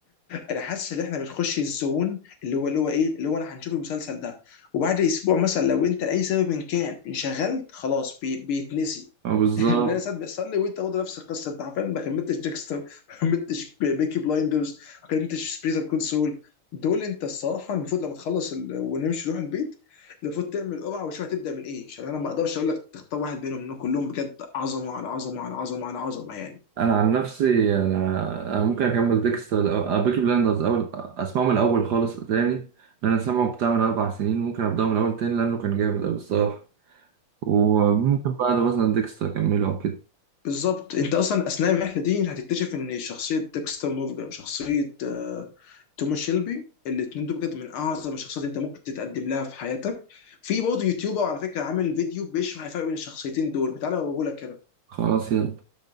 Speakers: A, on the left (about 75°); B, on the right (about 65°).
A: انا حاسس ان احنا بنخش الزون اللي هو اللي هو ايه اللي هو انا هنشوف المسلسل ده وبعد اسبوع مثلا لو انت لاي سبب إن كان انشغلت خلاص بي بيتنسي
B: اه بالظبط
A: <laughs> ان انا ساعات بيحصل لي وانت برضه نفس القصه انت حرفيا ما كملتش ديكستر ما كملتش بيكي بلايندرز ما كملتش سبيس اوف كونسول دول انت الصراحه المفروض لما تخلص ال... ونمشي نروح البيت المفروض تعمل قرعه وشوف هتبدا من ايه عشان انا ما اقدرش اقول لك تختار واحد بينهم لانهم كلهم بجد عظمه على عظمه على عظمه على عظمه يعني
B: أنا عن نفسي يعني أنا ممكن أكمل ديكستر أو بيكي بلاندرز أول أسمعه من الأول خالص تاني أنا سامعه بتاع من أربع سنين ممكن أبدأه من الأول تاني لأنه كان جامد أوي الصراحة وممكن بعده مثلا ديكستر أكمله أو كده
A: بالظبط انت اصلا اثناء الرحله دي انت هتكتشف ان شخصيه ديكستر مورجان شخصيه آه، توماس شيلبي الاثنين دول بجد من اعظم الشخصيات اللي انت ممكن تتقدم لها في حياتك في برضه يوتيوبر على فكره عامل فيديو بيشرح الفرق بين الشخصيتين دول تعالى اوريه لك كده
B: خلاص يلا